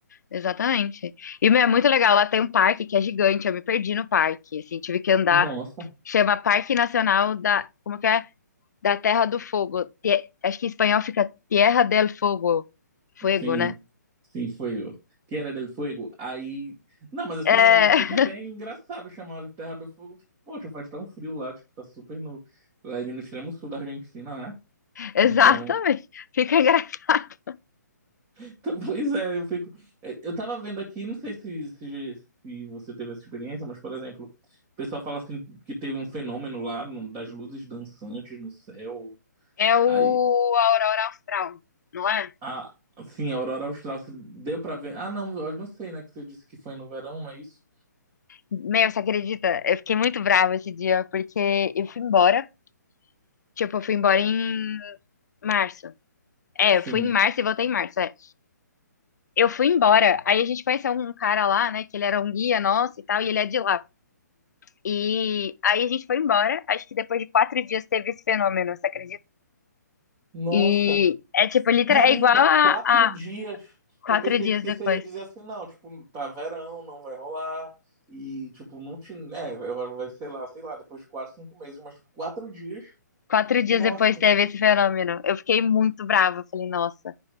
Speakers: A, on the left; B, on the right.
A: Exatamente. E, meu, é muito legal. Lá tem um parque que é gigante. Eu me perdi no parque. Assim, tive que andar.
B: Nossa.
A: Chama Parque Nacional da. Como que é? Da Terra do Fogo. Tie- Acho que em espanhol fica Tierra del Fogo. Fuego,
B: Sim,
A: né?
B: sim, foi o Tierra del Fuego. Aí. Não, mas assim,
A: É,
B: é, fica até engraçado chamar de Terra do Fogo. Poxa, faz tão frio lá, tipo, tá super no. Ali no extremo sul da Argentina, né?
A: <laughs> exatamente.
B: Então.
A: Fica engraçado.
B: <laughs> então pois é, eu fico. é, Eu tava vendo aqui, não sei se, se, se você teve essa experiência, mas, por exemplo, o pessoal fala assim que teve um fenômeno lá no- das luzes dançantes no céu.
A: É o
B: Aí.
A: Aurora Austral, não é?
B: A, assim, a aurora austral, se deu pra ver. Ah, não, eu não sei, né? Que você disse que foi no verão, não é isso?
A: Meu, você acredita? Eu fiquei muito brava esse dia, porque eu fui embora. Tipo, eu fui embora em março. É,
B: Sim.
A: eu fui em março e voltei em março. é. eu fui embora. Aí a gente conheceu um cara lá, né? Que ele era um guia nosso e tal, e ele é de lá. E aí a gente foi embora. Acho que depois de quatro dias teve esse fenômeno, você acredita?
B: Nossa,
A: E é tipo, literal,
B: caramba,
A: é igual a,
B: quatro
A: a
B: dias.
A: quatro
B: Eu pensei
A: dias
B: que
A: depois.
B: você ia dizer assim, não, tipo, tá verão, não vai rolar. E, tipo, não te, né, agora vai, sei lá, sei lá, depois de quatro, cinco meses, mas, tipo, quatro dias.
A: Quatro dias
B: Nossa,
A: depois teve esse fenômeno. Eu fiquei muito brava. Eu Falei, nossa,